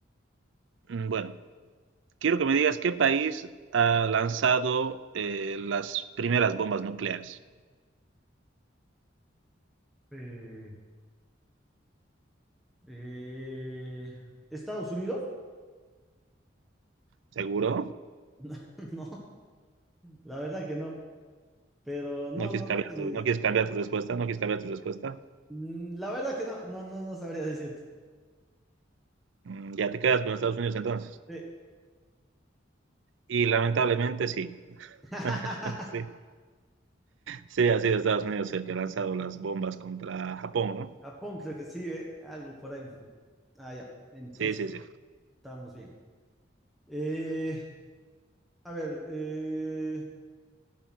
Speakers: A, on the right; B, in the centre.
A: Mm, Bueno, quiero que me digas qué país ha lanzado eh, las primeras bombas nucleares.
B: Eh, Eh, ¿Estados Unidos?
A: ¿Seguro?
B: <laughs> No, la verdad que no, pero no,
A: ¿No quieres
B: no,
A: cambiar
B: no tengo
A: tu,
B: idea.
A: no quieres cambiar tu respuesta? ¿No quieres cambiar tu respuesta?
B: Mm, La verdad que no, no, no, no sabría decirte.
A: Mm, ya te quedas con Estados Unidos entonces.
B: Sí.
A: Y lamentablemente sí.
B: <laughs>
A: <laughs> Sí, sí, ha sido Estados Unidos el que ha lanzado las bombas contra Japón, ¿no?
B: Japón creo que sí, ¿eh? Algo por ahí. Ah, ya. Entonces,
A: Sí, sí, sí.
B: estamos bien. Eh, a ver, eh,